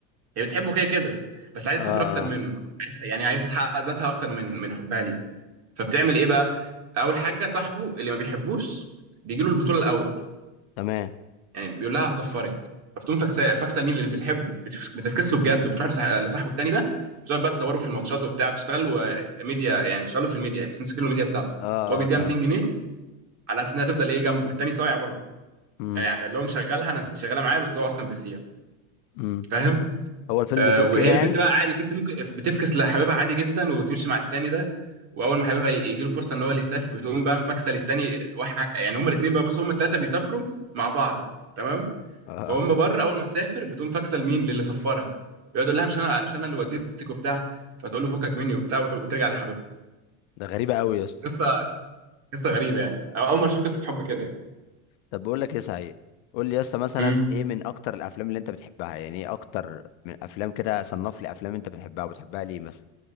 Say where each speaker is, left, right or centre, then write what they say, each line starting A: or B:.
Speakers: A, on the right (about 45°); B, on the left (about 85°).
A: هي بتحبه كده كده بس عايزه
B: آه.
A: تسافر اكتر منه عايزة يعني عايزه تحقق ذاتها اكتر من من حبها ليه فبتعمل ايه بقى اول حاجه صاحبه اللي ما بيحبوش بيجي له البطوله الاول
B: تمام
A: يعني بيقول لها هصفرك فبتقوم فاكسه فاكسه مين اللي بتحبه بتف- بتفكس له بجد وبتروح لصاح- لصاحبه التاني ده بتقعد بقى تصوره في الماتشات وبتاع بتشتغلوا ميديا يعني بتشتغلوا في الميديا بتمسكوا الميديا بتاعته
B: اه
A: هو بيديها
B: اه تمام
A: 200 جنيه على اساس انها تفضل ايه جنبه التاني صايع برضه
B: امم
A: يعني اللي هو مشغلها انا انت شغاله معايا بس هو اصلا بيسيع
B: امم
A: فاهم
B: هو الفيلم
A: آه
B: بيدور
A: وهي
B: كده يعني
A: البت بقى عادي البت ممكن بتفكس لحبيبها عادي جدا وبتمشي مع التاني ده واول ما حبيبها يجي له فرصه ان هو اللي يسافر بتقوم بقى مفكسه للتاني وح... يعني هما الاثنين بقى بص هما الثلاثه بيسافروا مع بعض تمام
B: اه آه.
A: فهم بره اول ما تسافر بتقوم فاكسه لمين للي سفرها ويقعد يقول لها مش انا مش انا اللي وديتك وبتاع فتقول له فكك مني وبتاع وت- وترجع لحبيبها
B: ده غريبة قوي يا اسطى
A: قصه قصه غريبه يعني أو اول مره اشوف قصه حب كده يعني
B: طب بقول لك ايه صحيح قول لي يا اسطى مثلا
A: امم
B: ايه من اكتر الافلام اللي انت بتحبها يعني ايه اكتر من افلام كده صنف لي افلام انت بتحبها وبتحبها ليه مثلا